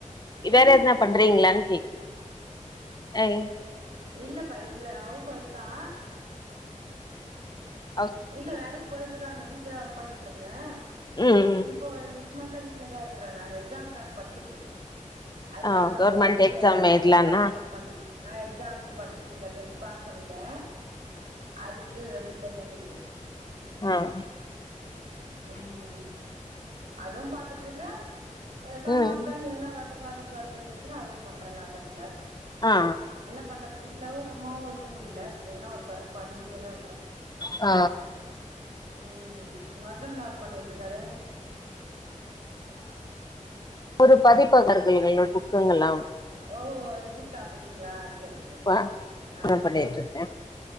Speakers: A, on the left; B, on the right.
A: இ
B: சொல்லுங்க
A: வேற எதுனா பண்றீங்களான் ரி அங்
B: இல்லபா இல்ல ஹவுஸ் ஒய்ஃப் தா
A: ஆ
B: இல்ல வேலைக் போயிட் ட்டுறுதாந்தே டீச்சரா ஒர்க் பண்ணிட்டுருந்தே
A: ம் ம்
B: இப்ப ஒரு சிக்ஸ் சுஸ்மந்தா வீட்ல தா இருக்குறே நானு எக்ஸாம்காக படிச்சிட்டு இருக்கே அதுனால
A: ஆ
B: தா கொஞ்சோ
A: கவர்மெண்ட்
B: வீட்ல
A: எக்ஸாம்
B: இருந்தா
A: எழுதலான்னா
B: கொஞ்ச டைம் ஸ்பெண்ட் பண்ணி ஆ எக்ஸாம்கு படிச்சுட்டு இருக்கே டே பாஸ் பண்ணிட்டே அதுக்கு பிரிப்பேர் பண்ணி
A: ஆஹ்
B: உம் அதுவு பாத்துட்டு இருக்கே அ சம்
A: ம்
B: ஆஃப் டைம் எதுனா ஒர்க் ப்ராஜக் இங்க ஒர்க் இருந்துச்சுனா அதுவு பண்ற லேப்டாப்ல
A: ஆ
B: என்ன பண்றது வீ இல்லவு சும்மாவும இருக்க முடியல எதுனா ஒரு பர்க் பண்ணிட்டேதா ருக்கிற
A: அ
B: உம் உங்க ஹஸ்பண் ன்னா ஒர்க் பண்ணிட்ருக்காரு
A: ஒரு பதிப்பகர்கள்கள் <unintelligible> புக்குங்களாம்
B: ஓ ரிஜிஸ்ட்ர் ஆபீஸ்ங்ளா செரி செரி செரி
A: ப
B: அ
A: பண்ணிட்டு
B: செரி
A: இருக்கே
B: செரி